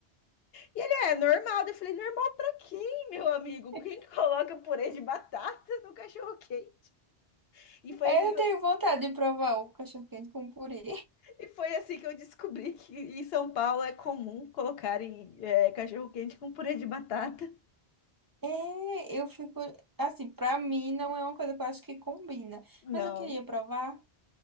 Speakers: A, on the left; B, on the right.
A: E ele, é é normal. Daí Eu falei, normal pra quem, meu amigo?
B: <laughs>
A: Quem coloca purê de batata no cachorro-quente? E foi
B: Aí
A: assim
B: Eu tenho vontade de provar o cachorro-quente com purê.
A: E foi assim que eu descobri que em São Paulo é comum colocarem é, cachorro-quente com purê de batata.
B: É, eu fico. Assim, pra mim não é uma coisa que eu acho que combina.
A: Não.
B: Mas eu queria provar.